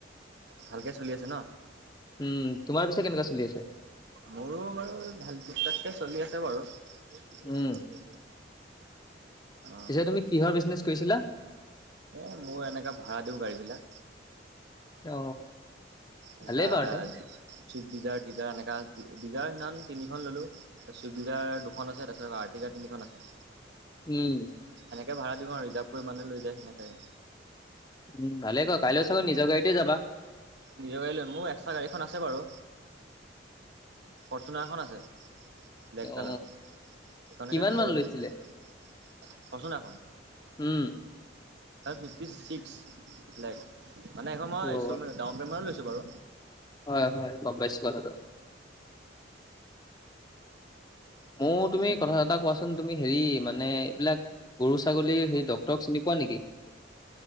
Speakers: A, on the right; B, on the left.
A: ভালকে চলি আছে ন।
B: উম তোমাৰ পিছে কেনেকুৱা চলি আছে
A: মোৰো বাৰু ভাল পিক তাতকে চলি আছে বাৰু। <unintelligible>
B: উম
A: অ।
B: পিছে তুমি কিহৰ বিজনেচ কৰিছিলা।
A: এ মই এনেকা ভাড়া দিওঁ গাড়ী বিলাক।
B: অ।
A: এনেকা
B: ভালেই বাৰুতে
A: সুইফ ডিজাৰ ডিজাৰ এনেকা। দিজাৰ সিমান তিনিখন ললো তাৰপিছ চুইিজাৰ দুখন আছে তাৰপিছত আৰৰ্টিকা তিনিখন আছে।
B: উম।
A: সনেকৈ ভাড়া দিম আৰু ৰিজাৰ্ভ কৰি মানে লৈ যায় সেনেকাই।
B: উম ভালে ক কাইলৈও চাগত নিজৰ গাড়ীতে যাবা।
A: নিজৰ গাড়ী লৈ মোৰ একস্ৰা গাড়ীখন আছে বাৰু। ফৰ্চুনাৰ খন আছে। ব্লেক
B: অ
A: কালাৰৰ, সেইকাৰণকে
B: কিমান
A: লৈ
B: মান
A: যাব
B: লৈছিলে
A: লাগিব। ফৰ্চুনাৰ খন
B: উম।
A: ফিফটী ছিক্স লেশ মনে হেইখন মই
B: অ
A: ষ্টল ডাউন পেমেন ট লৈছিলো। বাৰু।
B: হয় হয় গমপাইছোঁ কথাটো।
A: সেইটোৱে
B: ময় তুমি কথা এটা কোৱাচোন তুমি হেৰি মানে এইবিলাক গৰু ছাগলী হেৰি ডকটৰক চিনি পোৱা। নেকি?